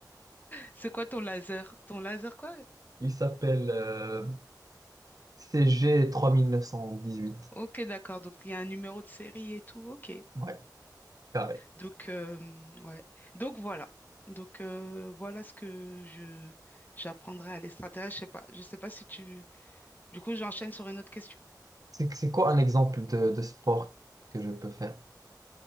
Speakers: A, on the left; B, on the right.
A: C'est quoi ton laser? Ton laser quoi?
B: il s'appelle euh, C G trois mille neuf cent dix-huit
A: Ok, d'accord. Donc, il y a un numéro de série et tout. Ok.
B: Ouais, carré.
A: Donc, euh, ouais. Donc voilà. Donc euh, voilà ce que je j'apprendrai à l'extraterrestre. Je sais pas. Je sais pas si tu. Du coup, j'enchaîne sur une autre question.
B: C'est c'est quoi un exemple de, de sport que je peux faire?